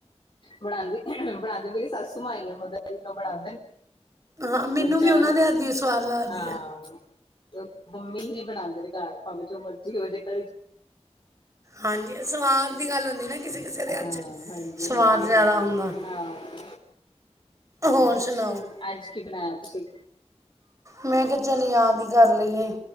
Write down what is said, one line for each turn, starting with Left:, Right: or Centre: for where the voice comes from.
Left: ਬਣਾਦੀ ਬਣਾਉਂਦੇ ਮੇਰੀ ਸੱਸੂ ਮਾ ਈ ਐ, ਮਤਲਬ ਜਦੋ ਬਣਾਉਂਦੇ ਨੇ।
Right: ਹਾ, ਮੈਨੂੰ
Left: ਕੜੀ ਚਾਵਲ
Right: ਵੀ ਉਹਨਾਂ ਦੇ ਹੱਥ ਦੀ ਹੀ ਸਵਾਦ ਲੱਗਦੀ
Left: ਹਾਂ
Right: ਹੈ।
Left: ਮੰਮੀ ਹੀ ਬਣਾਉਂਦੇ ਨੇ ਘਰ ਭਾਵੇਂ, ਜੋ ਮਰਜ਼ੀ ਹੋ ਜੇ ਘਰ ਕੜ੍ਹੀ -ਚਾਵ-
Right: ਹਾਂਜੀ, ਸਵਾਦ ਦੀ ਗੱਲ ਹੁੰਦੀ ਨਾ। ਕਿਸੇ- ਕਿਸੇ
Left: ਹਾਂਜੀ
Right: ਦੇ ਹੱਥ ਚ, ਸਵਾਦ
Left: ਹਾਂਜੀ
Right: ਜਿਆਦਾ
Left: ਹਾਂਜੀ
Right: ਹੁੰਦਾ।
Left: ਹਾਂ
Right: ਹੋਰ
Left: ਤੁਸੀਂ
Right: ਸੁਣਾਓ,
Left: ਅੱਜ ਕੀ ਬਣਾਇਆ ਤੁਸੀਂ?
Right: ਮੈਂ ਕਿਹਾ ਚੱਲ ਯਾਦ ਹੀ ਕਰ ਲਈਏ।